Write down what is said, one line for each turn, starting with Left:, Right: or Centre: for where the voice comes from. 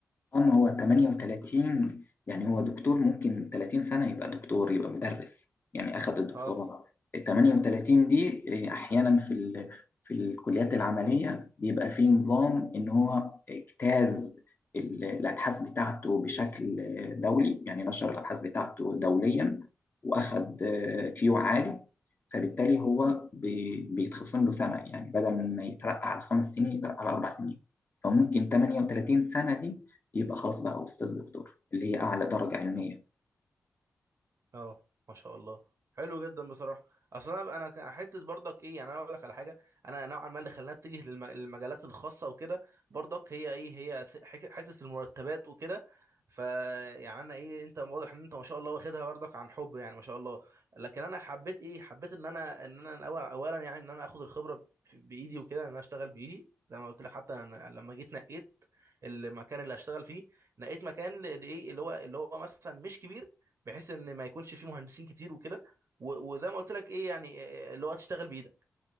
Left: اه ما هو 38 يعني هو دكتور ممكن 30 سنة يبقى دكتور يبقى مدرس يعني أخذ الدكتوراه
Right: اه
Left: ال 38 دي إيه، أحيانا في ال... في الكليات العملية بيبقى في نظام إن هو اجتاز ال- الأبحاث بتاعته بشكل دولي يعني نشر الأبحاث بتاعته دوليا وأخذ آه، كيو عالي فبالتالي هو بي- بيتخصم له سنة يعني بدل ما يترقى على خمس سنين يترقى على أربع سنين فممكن 38 سنة دي يبقى خلاص بقى أستاذ دكتور اللي هي أعلى درجة علمية
Right: اه ما شاء الله حلو جدا بصراحه اصل انا انا كان حته برضك ايه يعني انا اقول لك على حاجه انا نوعا ما اللي خلاني اتجه للم- للمجالات الخاصه وكده برضك هي ايه هي س- حك- حته المرتبات وكده فيعني انا ايه انت واضح ان انت ما شاء الله واخدها برضك عن حب يعني ما شاء الله لكن انا حبيت ايه حبيت ان انا ان انا أول- اولا يعني ان انا اخد الخبره ب- بايدي وكده ان انا اشتغل بايدي زي ما قلت لك حتى أنا لما جيت نقيت المكان اللي هشتغل فيه نقيت مكان ل- لايه اللي هو اللي هو مثلا مش كبير بحيث ان ما يكونش فيه مهندسين كتير وكده و- وزي ما قلت لك ايه يعني آه، اللي هو تشتغل بايدك